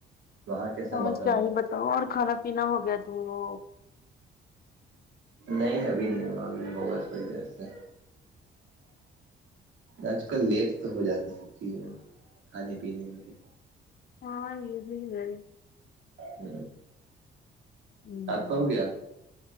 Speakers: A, on the right; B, on the left.
A: وہاں کیسا
B: ہاں
A: موسم
B: چاہی
A: ہے
B: بتاؤ اور کھانا پینا ہو گیا تم وہ
A: نہیں ابھی نہیں وہ ابھی ہوگا تھوڑی دیر سے آج کل لیٹ تو ہو جاتا ہے سب چیز میں کھانے پینے میں بھی
B: ہاں یہ بھی گانی
A: ہ
B: ہوں
A: آپ کا ہو گیا